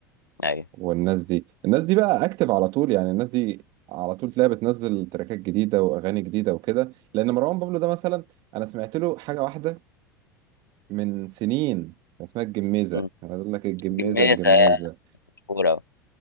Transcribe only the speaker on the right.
والناس دي الناس دي بقى اكتف على طول يعني الناس دي على طول تلاقيها بتنزل تراكات جديدة واغاني جديدة وكده لان مروان بابلو ده مثلا انا سمعت له حاجة واحدة من سنين كان اسمها الجميزة
انا اقول لك الجميزة
الجميزة